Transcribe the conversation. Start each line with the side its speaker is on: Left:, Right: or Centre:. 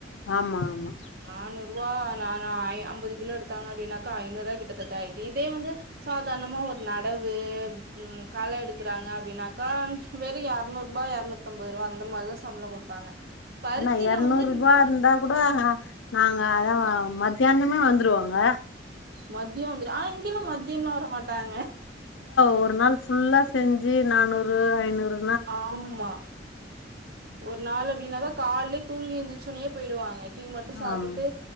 Left: ஆமா ஆமா
Right: நானூறுவா நானா ஐ அம்பது கிலோ எடுத்தாங்க அப்டின்னாக்கா ஐநூறுவா கிட்டத்தட்ட ஆயிட்டு இதே வந்து சாதாரணமா ஒரு நடவு உம் கல எடுக் குறாங்க அப்டின்னாக்கா வெறு எரநூற்பா எர்நூத்தம்பது ரூவா அந்த மாரிதா சம்பளோ குடுப்பாங்க பருத்தில
Left: ஆனா எர்நூறூபா
Right: வந்து
Left: இருந்தா கூட நாங்க அதவா மத்தியானமே வந்துருவோங்க
Right: மத்தயோ வந்துரு ஆ இங்க எல்லா மத்தியம்லா வர மாட்டாங்க
Left: ஒர் நாள் ஃபுல்லா செஞ்சு நானூறு ஐநூறு
Right: ஆம்மா ஒரு நாள் அப்டின்னாக கால்லைலே தூங்கி ஏந்துருச்சேனேயே போயிடுவாங்க டீ மட்டு சாப்ட்டுட்டு
Left: ஆமா